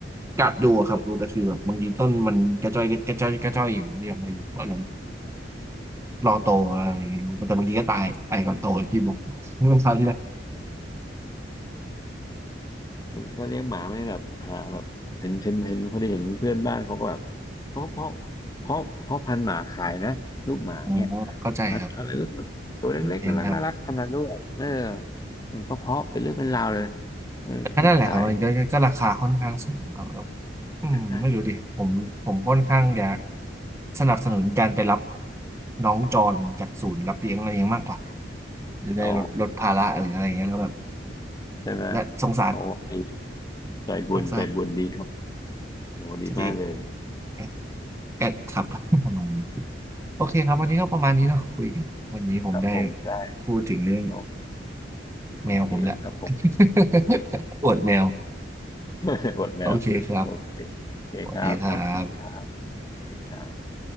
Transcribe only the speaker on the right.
กัดดูอะครับรู้แต่คือแบบบางทีต้นมันกระจ้อยกระจ้อยกระจ้อยอยู่ผมยังไม่รู้อารมณ์
รอโตอะไรอย่างเงี้ยรู้แต่บางทีก็ตายตายก่อนโตอย่างที่บอก <laughs> มันคราวที่แล้ว
อ๋อเข้าใจครับ
เห็นครับ
ก็นั่นแหละครับมันก็ก็ก็ราคาค่อนข้างสูงครับแล้วอืมไม่รู้ดิผมผมค่อนข้างจะ
สนับสนุนการไปรับน้องจรจากศูนย์รับเลี้ยงอะไรอย่างเงี้ยมากกว่าจะได้ลดลดภาระหรืออะไรอย่างเงี้ยแล้วแบบ
และสงสาร
สงสาร
สติแอดแอดครับ <laughs> ประมาณนี้โอเคครับวันนี้ก็ประมาณนี้เนาะคุยกันวันนี้ผมได้
พูดถึงเรื่อง
แมวผมแหละ <laughs> อวดแมว
โอเคครับสวัสดีครับ